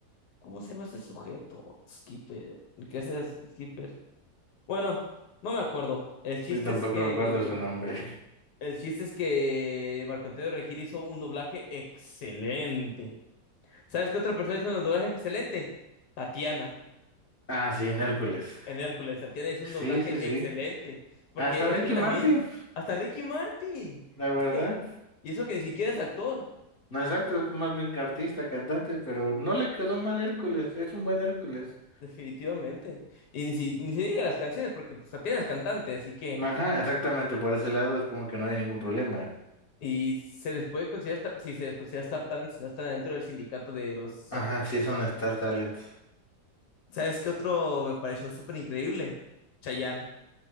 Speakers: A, on the left; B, on the left.
A: ¿Cómo se llama este sujeto? Skipper, ¿qué es ese Skipper? Bueno, no me acuerdo. El chiste
B: Y tampoco
A: es que
B: me acuerdo su nombre.
A: El chiste es que Marco Antonio Regil hizo un doblaje excelente. ¿Sabes qué otra persona hizo un doblaje excelente? Tatiana,
B: Ah, sí, en Hércules.
A: en Hércules. Tatiana hizo
B: Sí,
A: un doblaje
B: sí, sí.
A: excelente. Porque
B: Hasta Ricky
A: es que también,
B: Martin,
A: hasta Ricky Martin.
B: la verdad.
A: Es que, y eso que ni siquiera es actor,
B: No exacto, es más bien artista, cantante, pero no le quedó mal Hércules, es un buen Hércules.
A: definitivamente. Y ni, si- ni se diga las canciones, porque pues Tatiana es cantante, así que.
B: Ajá, exactamente, por ese lado es como que no hay ningún problema.
A: Y se les puede considerar, sta- si se les considera Star Talent, si no están dentro del sindicato de los
B: Ajá,
A: actores
B: sí
A: de doblaje.
B: son Star Talents.
A: ¿Sabes qué otro me pareció súper increíble? Chayanne.